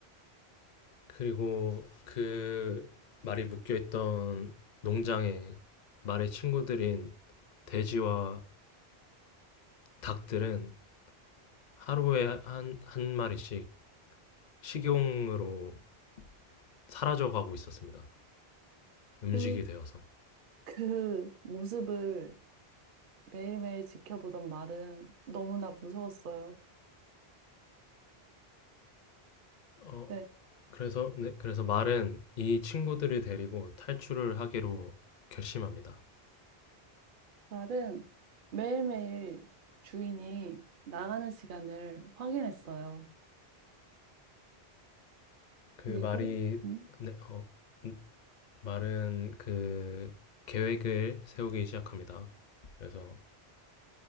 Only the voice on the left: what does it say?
그리고 그 말이 묶여있던 농장에 말의 친구들인 돼지와 닭들은 하루에 한, 한 마리씩 식용으로 사라져가고 있었습니다. 음식이
되어서.
어,
그래서, 네, 그래서 말은 이 친구들을 데리고 탈출을 하기로 결심합니다.
그
말이,
네, 어, 음, 말은 그 계획을 세우기 시작합니다. 그래서